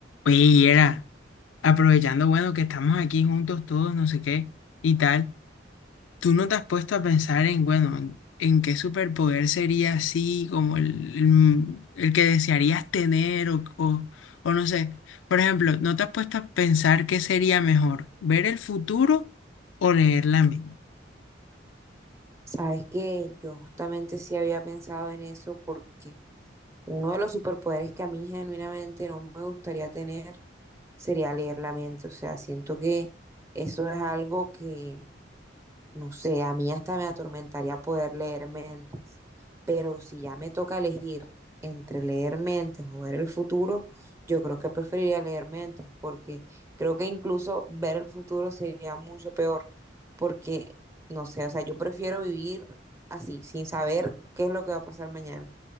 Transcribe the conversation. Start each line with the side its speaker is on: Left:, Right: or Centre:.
Left: Oye, y era, aprovechando, bueno, que estamos aquí juntos todos, no sé qué, y tal, ¿tú no te has puesto a pensar en, bueno, en, en qué superpoder sería así, como el, el, el que desearías tener o, o, o no sé? Por ejemplo, ¿no te has puesto a pensar qué sería mejor, ver el futuro o leer la mente?
Right: Sabes que yo justamente sí había pensado en eso porque uno de los superpoderes que a mí genuinamente no me gustaría tener sería leer la mente. O sea, siento que eso es algo que no sé, a mí hasta me atormentaría poder leer mentes, pero si ya me toca elegir entre leer mentes o ver el futuro, yo creo que preferiría leer mentes, porque creo que incluso ver el futuro sería mucho peor, porque, no sé, o sea, yo prefiero vivir así, sin saber qué es lo que va a pasar mañana,